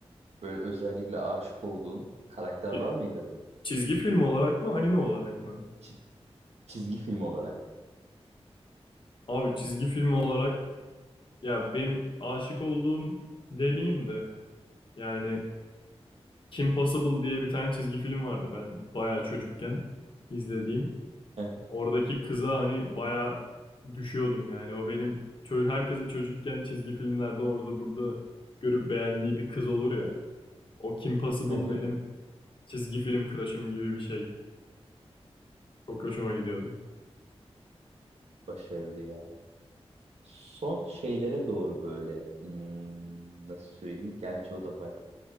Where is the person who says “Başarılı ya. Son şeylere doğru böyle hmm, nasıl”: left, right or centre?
Right